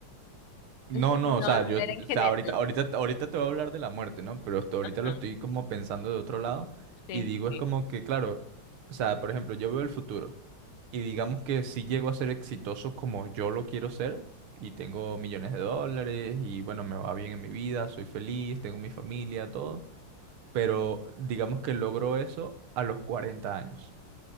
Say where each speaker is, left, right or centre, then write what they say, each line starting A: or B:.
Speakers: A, on the right (about 75°); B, on the left (about 85°).
A: No,
B: <laughs>
A: no,
B: No,
A: o sea,
B: no,
A: yo,
B: era en general.
A: o sea, ahorita, ahorita, ahorita te voy a hablar de la muerte, ¿no? Pero hasta ahorita
B: Ajá.
A: lo estoy como pensando de otro lado
B: Sí,
A: y digo, es
B: sí.
A: como que, claro, o sea, por ejemplo, yo veo el futuro y digamos que si llego a ser exitoso como yo lo quiero ser y tengo millones de dólares y bueno, me va bien en mi vida, soy feliz, tengo mi familia, todo, pero digamos que logro eso a los 40 años.